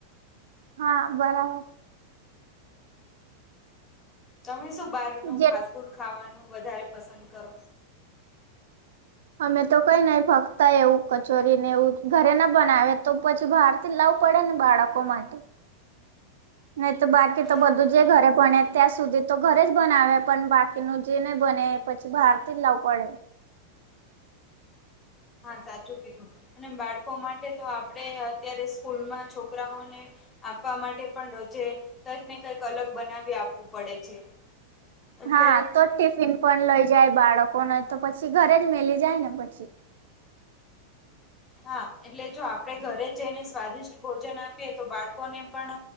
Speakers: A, on the right; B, on the left.
A: હા બરાબર
B: તમે શું બહારનું
A: જે
B: ફાસ્ટ ફૂડ ખાવાનું વધારે પસંદ કરો
A: અમે તો કઈ નને ફક્ત એવું કચોરી ને એવું ઘરે ના બનાવે તો પછી સુભાર લાવવું પડે ને બાળકો માટે નહી તો બાકી તો
B: હા
A: બધું જ જે ઘરે ભને ત્યાં સુધી તો ઘરે જ બનાવે પણ બાકીનું જે નહી બને એ પછી બહાર થી જ લાવું પડે
B: હા સાચું કીધુ અને બાળકો માટે તો આપણે અત્યારે સ્કૂલમાં છોકરાઓને. આપવા માટે પણ રોજે કઈક ને કંઈક અલગ બનાવી આપવું પડે છે. એટલે
A: હા તો ટિફિન પણ લઈ જાય, બાળકોને તો પછી ઘરે જ મેલી જાય ને પછી.
B: હા એટલે જો આપણેે ઘરે જઈને સ્વાદિષ્ટ ભોજન આપીએ તો બાળકોને પણ